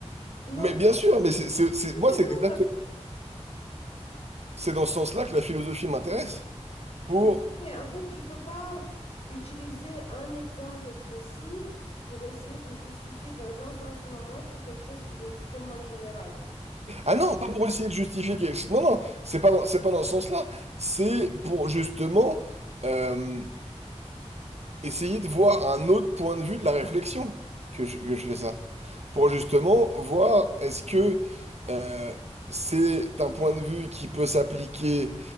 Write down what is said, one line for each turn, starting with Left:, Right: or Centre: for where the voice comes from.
Left: non.
Right: Mais bien sûr, mais c'est, c'est, c'est-
Left: Oui,
Right: moi,
Left: mais
Right: c'est
Left: non,
Right: exact-
Left: parce que...
Right: c'est dans ce sens-là que la philosophie m'intéresse. Pour...
Left: Oui, mais en fait, tu peux pas utiliser un exemple précis pour essayer de justifier dans un sens ou dans un autre quelque chose qui est extrêmement général.
Right: Ah non, pas pour essayer de justifier quelque chose. Non, non, c'est pas dans, c'est pas dans ce sens-là. C'est pour justement... euh, essayer de voir un autre point de vue de la réflexion que je, que je fais ça. Pour justement voir est-ce que euh, c'est un point de vue qui peut s'appliquer